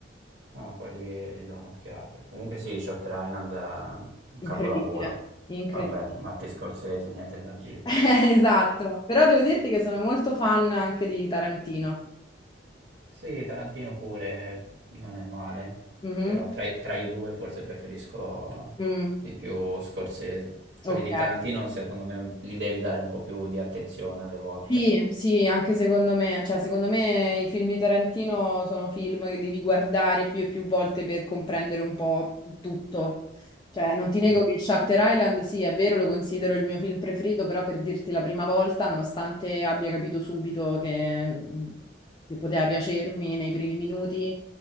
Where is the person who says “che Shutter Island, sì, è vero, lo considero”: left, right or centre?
Left